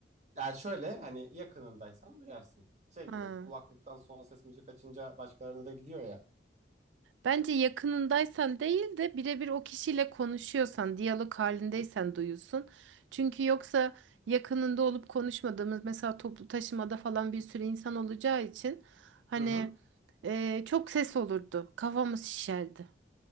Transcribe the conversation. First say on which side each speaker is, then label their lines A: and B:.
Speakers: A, on the right (about 40°); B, on the right (about 90°).
A: Yani şöyle hani yakınındaysan duyarsın. Şey
B: Ha.
A: gibi kulaklıktan son ses müzik açınca başkalarına da gidiyor ya.
B: Bence yakınındaysan değil de birebir o kişiyle konuşuyorsan, diyalog halindeysen duyuyorsun. Çünkü yoksa yakınında olup konuşmadığımız mesela toplu taşımada falan bir sürü insan olacağı için hani
A: Hı hı.
B: e, çok ses olurdu. Kafamız şişerdi.